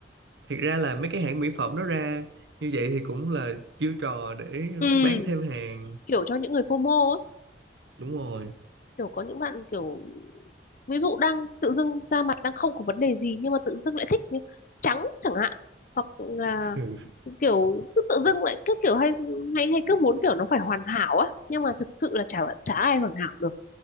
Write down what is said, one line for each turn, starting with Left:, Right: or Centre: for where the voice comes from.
Right: thiệt ra là mấy cái hãng mỹ phẩm nó ra như vậy thì cũng là chiêu trò để
Left: ừ
Right: bán thêm hàng
Left: kiểu cho những người FOMO á
Right: đúng rồi
Left: kiểu có những bạn kiểu ví dụ đang tự dưng da mặt đang không có vấn đề gì nhưng mà tự dưng lại thích như trắng chẳng hạn hoặc là
Right: ừ.
Left: kiểu cứ tự dưng lại cứ kiểu hay hay hay cứ muốn kiểu nó phải hoàn hảo á nhưng mà thực sự là chả chả ai hoàn hảo được